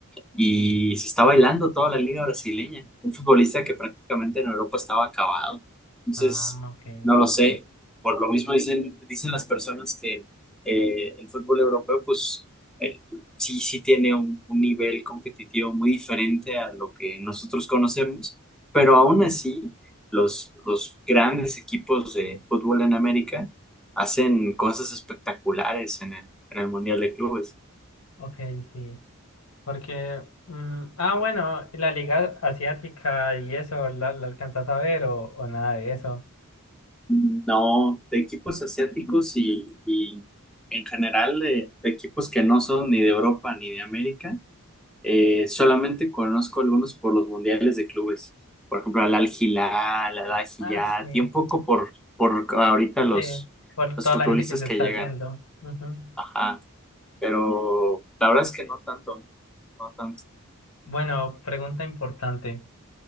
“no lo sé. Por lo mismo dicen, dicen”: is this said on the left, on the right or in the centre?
Centre